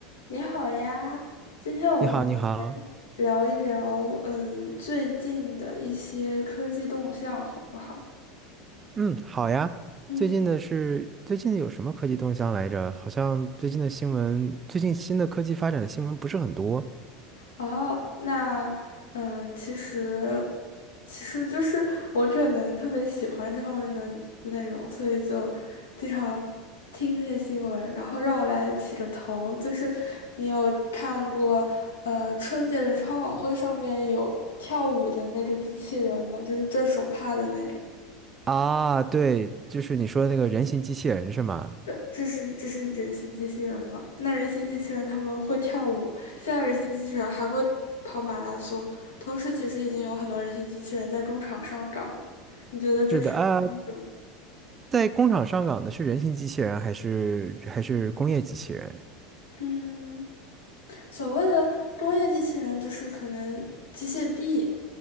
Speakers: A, on the left (about 75°); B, on the right (about 25°).
A: 你好呀，今天我们来
B: 你好，你好，
A: 聊一聊，嗯，最近的一些科技动向，好不好？
B: 嗯，好呀。
A: 嗯，
B: 最近的是最近有什么科技动向来着？好像最近的新闻，最近新的科技发展的新闻不是很多
A: 哦，那，嗯，其实，其实就是我可能特别喜欢这方面的内容，所以就经常听这些新闻。然后让我来起个头，就是你有看过，呃，春节联欢晚会上面有跳舞的那个机器人吗？就是转手帕的那个。
B: 啊。对，就是你说的那个人形机器人是吗？
A: 呃这是这是人形机器人吗？那人形机器人他们会跳舞，现在人形机器人还会跑马拉松，同时其实已经有很多人形机器人在中场上岗了。你觉得这是是一种
B: 是的啊，在工厂上岗的是人形机器人还是还是工业机器人？
A: 嗯，所谓的工业机器人就是可能机械臂